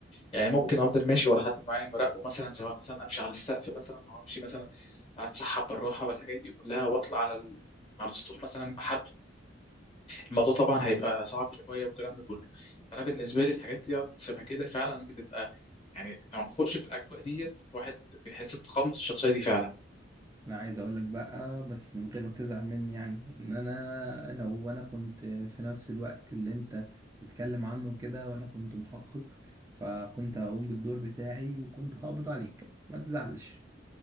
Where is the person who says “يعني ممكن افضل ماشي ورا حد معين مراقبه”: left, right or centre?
Left